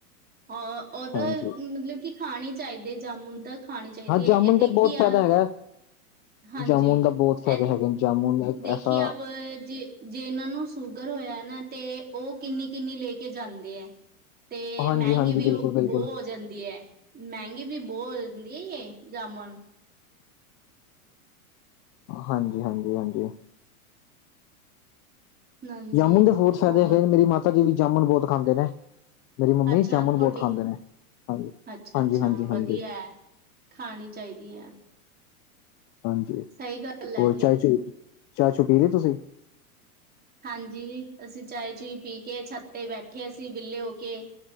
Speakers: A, on the right; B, on the left.
A: ਅ ਉਹਦਾ
B: ਹਾਂਜੀ
A: ਮਤਲਬ ਕਿ ਖਾਣੀ ਚਾਹੀਦੇ, ਜਾਮੁਨ ਤਾਂ ਖਾਣੀ ਚਾਹੀਦੀ
B: ਹਾਂ ਜਾਮੁਨ
A: ਹੈ, ਇਹ ਦੇਖੀ
B: ਤੇ ਬਹੁਤ
A: ਆ
B: ਫਾਇਦਾ ਹੈਗਾ।
A: ਹਾਂਜੀ,
B: ਜਾਮੁਨ ਦਾ ਬਹੁਤ ਫਾਇਦੇ
A: ਇਹ
B: ਹੈਗੇ ਨੇ ਜਾਮੁਨ
A: ਦੇਖੀ
B: ਐਸਾ
A: ਆਪ ਜੀਹਨਾਂ ਨੂੰ ਸ਼ੂਗਰ ਹੋਇਆ ਨਾ, ਤੇ ਉਹ ਕਿੰਨੀ-ਕਿੰਨੀ ਲੈ ਕੇ ਜਾਂਦੇ ਹੈ। ਤੇ
B: ਹਾਂਜੀ
A: ਮਹਿੰਗੀ
B: ਹਾਂਜੀ
A: ਵੀ
B: ਬਿਲਕੁਲ ਬਿਲਕੁਲ
A: ਬੋਹ ਹੋ ਜਾਂਦੀ ਹੈ, ਮਹਿੰਗੀ ਵੀ ਬੌਹ ਲੇ ਹੀਏ ਜਾਮੁਨ
B: ਹਾਂਜੀ-ਹਾਂਜੀ- ਹਾਂਜੀ।
A: ਹਾਂਜੀ
B: ਜਾਮੁਨ ਦੇ ਬੋਹਤ ਫਾਇਦੇ
A: ਹੋਰ
B: ਨੇ, ਮੇਰੀ ਮਾਤਾ ਜੀ ਵੀ ਜਾਮੁਨ ਬਹੁਤ ਖਾਂਦੇ ਨੇ। ਮੇਰੀ ਮੰਮੀ
A: ਅੱਛਾ
B: ਜਾਮੁਨ
A: ਤੁਹਾਡੀ
B: ਬਹੁਤ ਖਾਂਦੇ ਨੇ, ਹਾਂ,
A: ਅੱਛਾ-ਅੱਛਾ
B: ਹਾਂਜੀ-ਹਾਂਜੀ, ਹਾਂਜੀ।
A: ਵਧੀਆ ਹੈ ਖਾਣੀ ਚਾਹੀਦੀ ਹੈ।
B: ਹਾਂਜੀ,
A: ਸਹੀ ਗੱਲ ਹੈ
B: ਹੋਰ ਚਾਹ-ਚੁ,
A: ਜੀ
B: ਚਾਹ-ਚੁ ਪੀ ਲਈ ਤੁਸੀਂ?
A: ਹਾਂਜੀ, ਅਸੀਂ ਚਾਏ-ਚੁਏ ਪੀ ਕੇ, ਛੱਤ ਤੇ ਬੈਠੇ, ਅਸੀਂ ਵੇਹਲੇ ਹੋ ਕੇ।